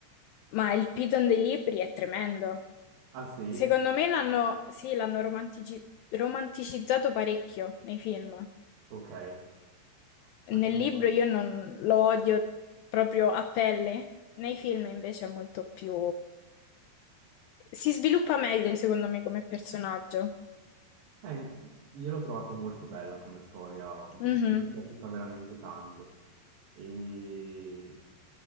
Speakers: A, on the left; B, on the right.
A: ma il Piton dei libri è tremendo.
B: Ah sì?
A: Secondo me l'hanno, sì, l'hanno romantici- romanticizzato parecchio nei film.
B: Ok, questo...
A: Nel libro io non lo odio proprio a pelle, nei film invece è molto più... si sviluppa meglio secondo me come personaggio.
B: Eh, io l'ho trovato molto bella come storia, mh,
A: Mhm.
B: mi è piaciuta veramente tanto. E